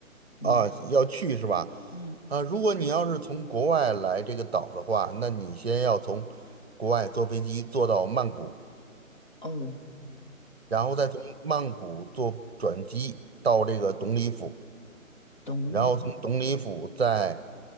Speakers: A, on the left; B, on the right.
A: 嗯
B: 啊要去是吧？
A: 嗯，
B: 啊，如果你要是从国外来这个岛的话，那你先要从国外坐飞机坐到曼谷，
A: 哦，
B: 然后再从曼谷坐转机到这个董里府。
A: 东宁
B: 然后从东里府再